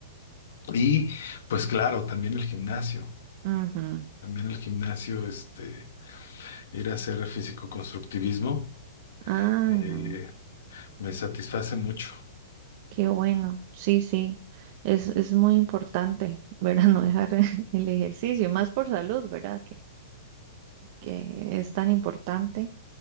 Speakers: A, on the left (about 70°); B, on the right (about 50°).
A: y pues claro, también el gimnasio.
B: Ajá,
A: También el gimnasio, este, ir a hacer físico-constructivismo.
B: Ajá.
A: Eh, me satisface mucho.
B: Qué bueno. Sí, sí. Es, es muy importante, ¿verdad? <laughs> No dejar el ejercicio, más por salud, ¿verdad? Que, que es tan importante.